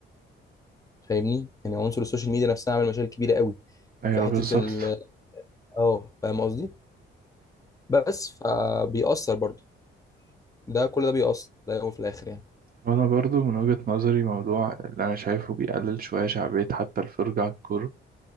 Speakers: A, on the left; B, on the right.
A: فاهمني يعني عنصر السوشيال ميديا نفسها عامل مشاكل كبيره قوي
B: ايوه
A: في حته
B: بالظبط
A: ال اه فاهم قصدي بس فبيأثر برضو ده كل ده بيأثر في الاول وفي الاخر يعني
B: وانا برضو من وجهة نظري موضوع اللي انا شايفه بيقلل شوية شعبية حتى الفرجة على الكورة